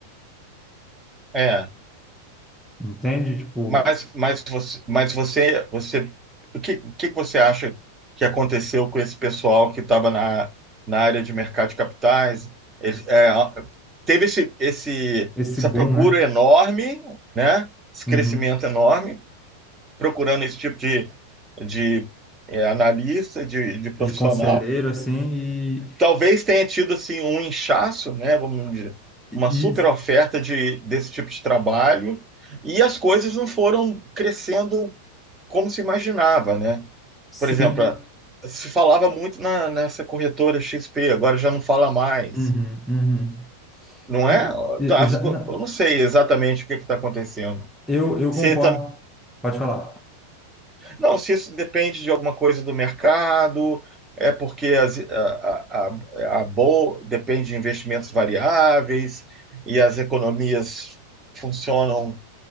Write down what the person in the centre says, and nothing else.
entende? Tipo,
esse
boom,
né?
Uhum.
De conselheiro, assim, e,
e,
e
sim.
Uhum, uhum.
E- e-
exa-
não,
eu, eu
concordo. Pode falar.